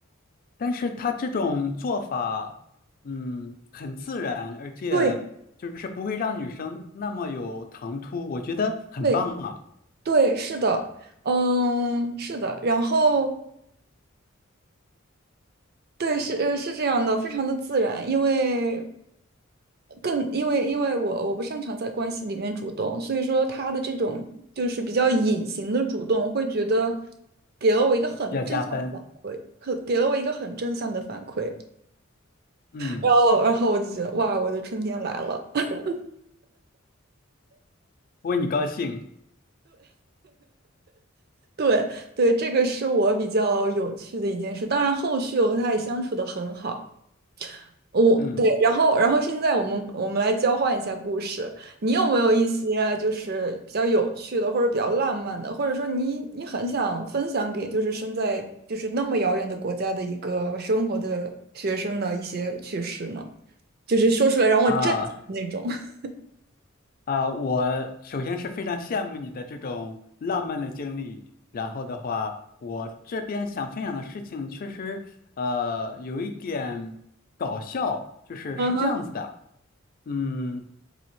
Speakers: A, on the left; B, on the right.
A: 但是他这种做法，嗯，很自然，而且就是不会让女生那么有唐突，
B: 对
A: 我觉得很棒啊，
B: 对对，是的。嗯，是的，然后对，是呃是这样的，非常的自然，因为更因为因为我我不擅长在关系里面主动，所以说他的这种就是比较隐形的主动，会觉得给了我一个很正向的反馈，
A: 比较加分。
B: 可给了我一个很正向的反馈，
A: 嗯，
B: 然后然后我就觉得哇，我的春天来了。<laughs>
A: 为你高兴。
B: 对对，这个是我比较有趣的一件事，当然后续我和他也相处的很好。我对，
A: 嗯
B: 然后然后现在我们我们来交换一下故事，你有没有一些就是比较有趣的，或者比较浪漫的，或者说你你很想分享给就是身在就是那么遥远的国家的一个生活的学生的一些趣事呢？就是说出来让我震惊的那种。
A: 啊，
B: <laughs>
A: 啊，我首先是非常羡慕你的这种浪漫的经历。然后的话，我这边想分享的事情确实，呃，有一点搞笑，就是是这样子的。
B: 嗯哼，
A: 嗯，